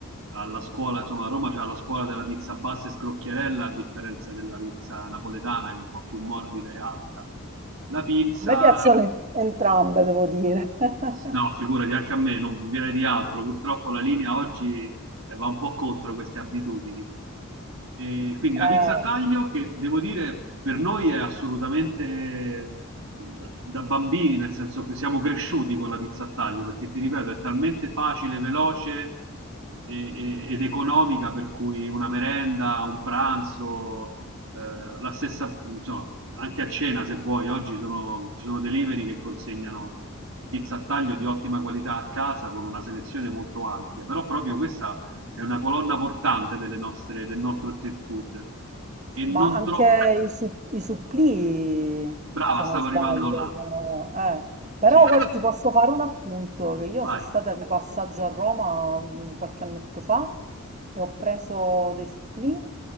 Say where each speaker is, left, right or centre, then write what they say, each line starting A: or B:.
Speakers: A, on the right; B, on the right.
A: alla scuola, insomma a Roma c'è la scuola della pizza bassa e scrocchiarella a differenza della pizza napoletana che è un po' più morbida e alta. La pizza
B: A me piacciono entrambe, devo dire. <laughs>
A: No, figurati, anche a me, non direi di altro. Purtroppo la linea oggi eh, va un po' contro queste abitudini. E quindi la
B: Eh.
A: pizza a taglio, che devo dire per noi è assolutamente da, da bambini, nel senso che siamo cresciuti con la pizza a taglio, perché ti ripeto, è talmente facile, veloce e- e- ed economica, per cui una merenda, un pranzo, eh, la stessa, insomma, anche a cena se vuoi, oggi sono- ci sono delivery che consegnano pizza a taglio di ottima qualità a casa con una selezione molto ampia, però proprio questa è una colonna portante delle nostre, del nostro street food e non
B: Ma anche
A: troppo
B: i, su- i supplì,
A: brava,
B: se
A: stavo
B: non sbaglio,
A: arrivando là.
B: sono- eh. Però
A: Sì,
B: guarda, ti posso fare un appunto, che io
A: vai.
B: sono stata di passaggio a Roma mm, qualche annetto fa e ho preso dei supplì.